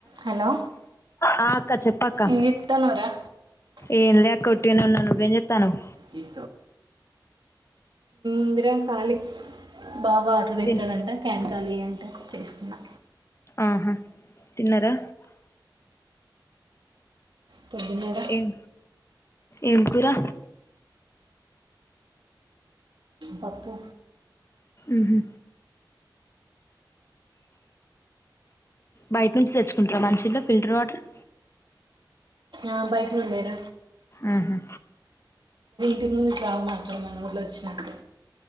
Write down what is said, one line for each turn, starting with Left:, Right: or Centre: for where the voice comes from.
Right: Hello
Left: ఆ అక్క చెప్పక్క
Right: ఏం చేత్తన్నావ్రా
Left: ఏం లే అక్క ఉట్టిగానే ఉన్నా నువ్వేం చేత్తానవ్
Right: ఏం ఉందిరా ఖళీ బాబాట్ర్ తెస్తాడంట
Left: తిన్
Right: క్యాన్ ఖాళీ అంటే చేస్తున్నా
Left: ఆహా తిన్నరా
Right: పొద్దిమీరా
Left: ఏం ఏం కూరా
Right: పప్పు
Left: ఉహు. బయట నుంచి తెచ్చుకుంటర మంచి నీళ్లు ఫిల్టర్ వాటర్.
Right: ఆ బయట నుండెర.
Left: ఉహూ
Right: ఉమ్ ఆవు మాత్రం మన ఊర్లో వచ్చినట్టు.